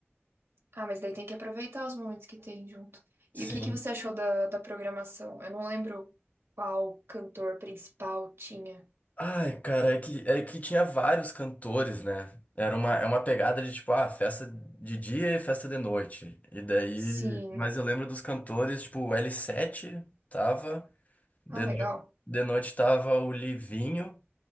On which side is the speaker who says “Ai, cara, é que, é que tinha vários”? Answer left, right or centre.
Left